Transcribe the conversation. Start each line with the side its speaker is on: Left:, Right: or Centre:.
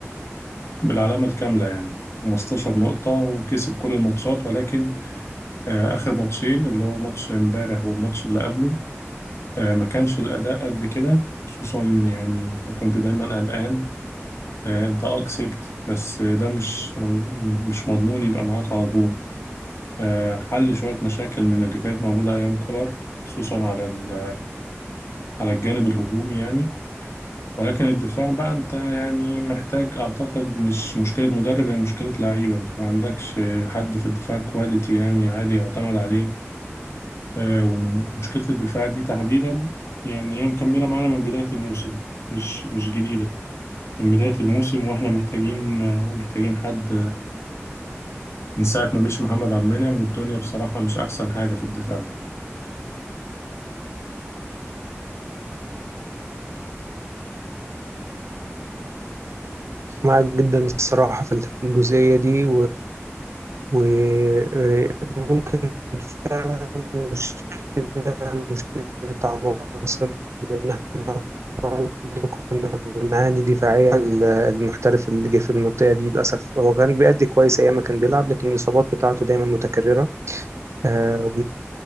Left: بالعلامة الكاملة يعني خمس تاشر مقطة وكسب كل الماتشات ولكن آه، اخر ماتشين اللي هو ماتش مبارح والماتش اللي قبله آه، ما كانش الاداء قد كده خصوصا يعني انت كنت دايما الان انت اكسبت بس ده مش مش مضمون يبقى معاك على طول آه، حل شوية مشاكل من اللي كانت موجودة ايام كولار خصوصا على ال على الجانب الهجومي يعني ولكن الدفاع بقى انت يعني محتاج اعتقد مش مشكلة مدرب هي مشكلة لعيبة انت ما عندكش حد في الدفاع كواليتي يعني عالي يعتمد عليه آه، ومشكلة الدفاع دي تحديدا يعني هي مكملة معانا من بداية الموسم مش مش جديدة من بداية الموسم واحنا محتاجين آه، محتاجين حد من ساعة ما مشي محمد عبد المنعم والدنيا بصراحة مش أحسن حاجة في الدفاع
Right: معاك جدا الصراحة في الجزئية دي وممكن فعلا مشكلة مشكلة عناصر لأن احنا برضه كنا بنعاني دفاعيا المحترف اللي جه في المنطقة دي للأسف هو كان بيأدي كويس أيام ما كان بيلعب لكن الإصابات بتاعته دايما متكررة آه